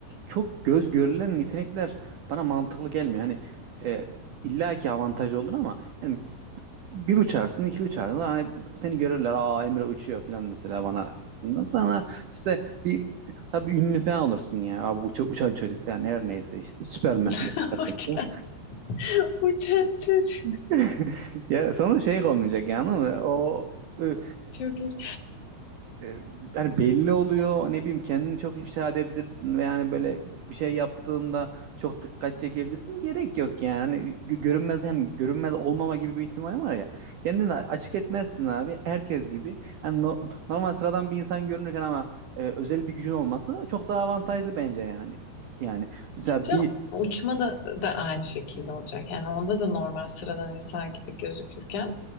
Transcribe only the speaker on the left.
<laughs>
Uçan, uçan çocuk.
Çok iyi.
Canım,
uçma da, da aynı şekilde olacak. Yani onda da normal sıradan insan gibi gözükürken